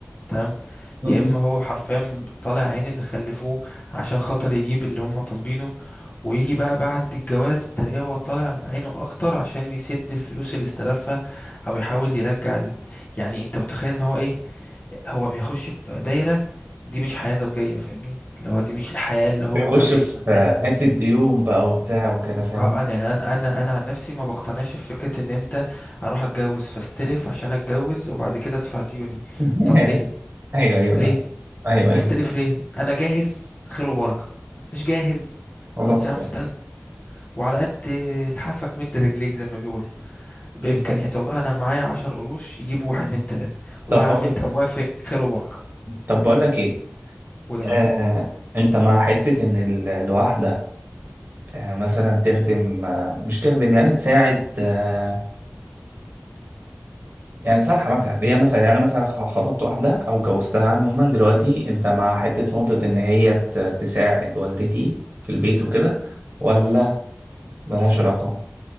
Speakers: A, on the left; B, on the right.
A: تمام
B: م-م.
A: يا اما هو حرفيا طالع عين اللي خلفوه عشان خاطر يجيب اللي هم طالبينه ويجي بقى بعد الجواز تلاقيه هو طالع عينه اكتر عشان يسد الفلوس اللي استلفها او يحاول يرجع ال... يعني انت متخيل ان هو ايه هو بيخش في دايرة دي مش حياة زوجية فاهمني اللي هو دي مش الحياة اللي هو
B: بيخش
A: كان بيتمناها
B: في حتة ديون بقى وبتاع وكده فاهم
A: اه انا انا انا انا عن نفسي ما بقتنعش في فكرة ان انت اروح اتجوز فاستلف عشان اتجوز وبعد كده ادفع ديوني
B: <laughs>
A: طب ليه
B: ايوه ايوه
A: ليه
B: لا ايوه ايوه
A: استلف ليه انا جاهز خير وبركة مش جاهز
B: خلاص
A: خلاص يا عم
B: فاهم.
A: استنى وعلى قد لحافك مد رجليك زي ما بيقولوا بإمكانيات
B: بالظبط
A: والله انا معايا عشر قروش يجيبوا
B: م-م.
A: واحد اتنين تلاتة والله
B: طب
A: يا
B: بقول
A: عم انت موافق خير وبركة
B: طب بقول لك ايه
A: قول يا معلم
B: آه، انت مع حتة ان ال- الواحدة آه، مثلا تخدم آه، مش تخدم يعني تساعد آه، يعني ساعة حماتها اللي هي مثلا يعني انا مثلا خ- خطبت واحده او جوزتها عموما دلوقتي انت مع حته نقطه ان هي ت- تساعد والدتي في البيت وكده ولا ملهاش علاقه